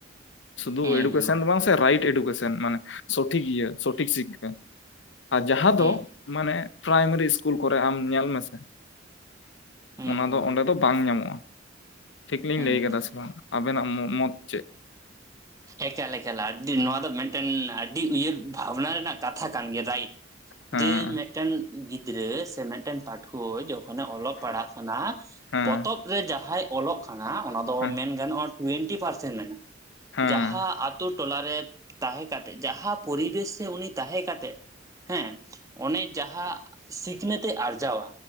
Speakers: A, on the left; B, on the right.
A: ᱥᱩᱫᱷᱩ
B: ᱦᱩᱸ
A: ᱮᱰᱩ
B: ᱦᱩᱸ
A: ᱵᱟᱝ ᱥᱮ ᱨᱟᱭᱤᱴ ᱮᱰᱩᱠᱮᱥᱚᱱ ᱢᱟᱱᱮ ᱥᱚᱴᱷᱤᱠ ᱤᱭᱟᱹ ᱥᱚᱴᱷᱤᱠ ᱥᱤᱠᱷᱟ᱾ ᱟᱨ ᱡᱟᱦᱟᱸ
B: ᱦᱩᱸ
A: ᱫᱚ ᱢᱟᱱᱮ ᱯᱨᱟᱭᱢᱟᱨᱤ ᱤᱥᱠᱩᱞ ᱠᱚᱨᱮ ᱟᱢ ᱧᱮᱞ ᱢᱮᱥᱮ
B: ᱦᱩᱸ
A: ᱚᱱᱟ
B: ᱦᱩᱸ
A: ᱫᱚ ᱚᱸᱰᱮ ᱫᱚ ᱵᱟᱝ ᱧᱟᱢᱚᱜᱼᱟ ᱴᱷᱤᱠ ᱞᱤᱧ
B: ᱦᱩᱸ
A: ᱞᱟᱹᱭ ᱠᱟᱫᱟ
B: ᱦᱩᱸ
A: ᱥᱮ ᱵᱟᱝ ᱟᱵᱮᱱᱟᱜ ᱢᱚ ᱢᱚᱛ ᱪᱮᱫ
B: ᱮᱠᱟᱞ ᱮᱠᱟᱞ ᱟᱹᱰᱤ ᱱᱚᱣᱟ ᱫᱚ ᱢᱤᱫᱴᱮᱱ ᱟᱹᱰᱤ ᱩᱭᱦᱟᱹᱨ ᱵᱷᱟᱵᱽᱱᱟ ᱨᱮᱱᱟᱜ ᱠᱟᱛᱷᱟ ᱠᱟᱱ ᱜᱮᱭᱟ ᱨᱟᱭᱤᱴ
A: ᱦᱮᱸ
B: ᱡᱮ ᱢᱤᱫᱴᱮᱱ ᱜᱤᱫᱽᱨᱟᱹ ᱥᱮ ᱢᱤᱫᱴᱮᱱ ᱯᱟᱴ ᱦᱚᱭ ᱡᱚᱠᱷᱚᱱᱮ ᱚᱞᱚᱜ ᱯᱟᱲᱦᱟᱜ ᱠᱟᱱᱟ
A: ᱦᱮᱸ
B: ᱯᱚᱛᱚᱵ ᱨᱮ ᱡᱟᱦᱟᱸᱭ ᱚᱞᱚᱜ ᱠᱟᱱᱟ ᱚᱱᱟ ᱫᱚ
A: ᱦᱮᱸ
B: ᱢᱮᱱ ᱜᱟᱱᱚᱜᱼᱟ ᱴᱩᱭᱮᱱᱴᱤ ᱯᱟᱨᱥᱮᱱ ᱢᱮᱱᱟᱜᱼᱟ
A: ᱦᱮᱸ ᱦᱮᱸ
B: ᱡᱟᱦᱟᱸ ᱟᱛᱳ ᱴᱚᱞᱟᱨᱮ ᱛᱟᱦᱮᱸ ᱠᱟᱛᱮᱜ ᱡᱟᱦᱟᱸ ᱯᱚᱨᱤᱵᱮᱥ ᱨᱮ ᱩᱱᱤ ᱛᱟᱦᱮᱸ ᱠᱟᱛᱮᱜ ᱦᱮᱸ ᱚᱱᱮ ᱡᱟᱦᱟᱸ ᱥᱤᱠᱷᱱᱟᱹᱛ ᱮ ᱟᱨᱡᱟᱣᱟ